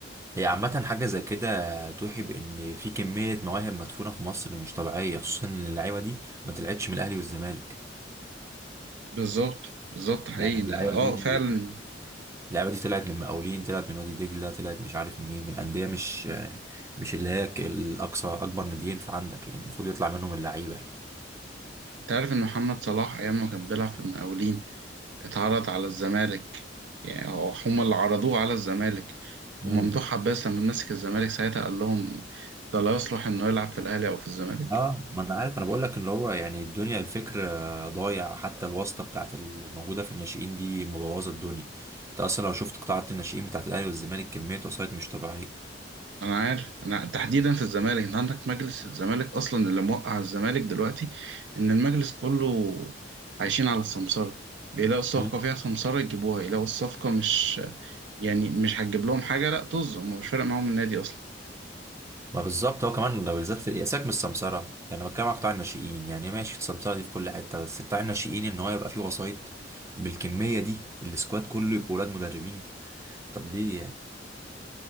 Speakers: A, on the right; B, on the right.
A: هي عامة حاجة زي كده توحي بان في كمية مواهب مدفونة في مصر مش طبيعية خصوصا ان اللعيبة دي ما طلعتش من الاهلي والزمالك
B: بالظبط بالظبط حقيقي
A: يعني اللعيبة
B: ده اه
A: دي
B: فعلا
A: اللعبة دي طلعت من مقاولين طلعت من وادي دجلة طلعت مش عارف منين من أندية مش مش اللي هي الأقصى أكبر ناديين في عندك يعني المفروض يطلع منهم اللعيبة يعني
B: انت عارف ان محمد صلاح ايام ما كان بيلعب في المقاولين اتعرض على الزمالك يعني هو- هما اللي عرضوه على الزمالك وممدوح
A: امم
B: عباس لما مسك الزمالك ساعتها قال لهم ده لا يصلح انه يلعب في الاهلي او في الزمالك
A: اه ما انا عارف انا بقول لك اللي هو يعني الدنيا الفكر آه، ضايع حتى الواسطه بتاعت الموجوده في الناشئين دي مبوظه الدنيا انت اصلا لو شفت قطاعات الناشئين بتاعت الاهلي والزمالك كميه وسايط مش طبيعيه
B: انا عارف انا تحديدا في الزمالك انت عندك مجلس الزمالك اصلا اللي موقع الزمالك دلوقتي ان المجلس كله عايشين على السمسرة بيلاقوا الصفقة
A: امم
B: فيها سمسرة يجيبوها يلاقوا الصفقة مش يعني مش هتجيب لهم حاجة لا طز هم مش فارق معاهم النادي اصلا
A: ما بالظبط هو كمان ده بالذات في سيبك من السمسرة يعني بتكلم على قطاع الناشئين يعني ماشي السمسرة دي في كل حتة بس قطاع الناشئين ان هو يبقى فيه وسايط بالكمية دي السكواد كله يبقى ولاد مدربين طب ليه يعني